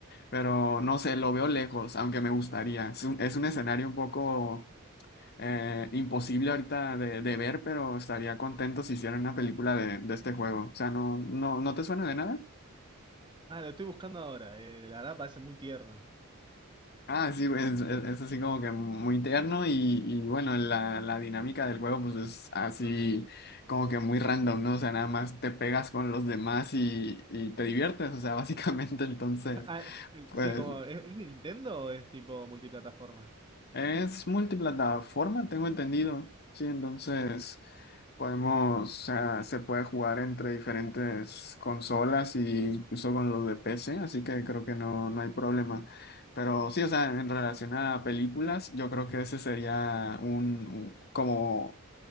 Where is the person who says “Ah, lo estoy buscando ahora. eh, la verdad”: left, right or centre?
Right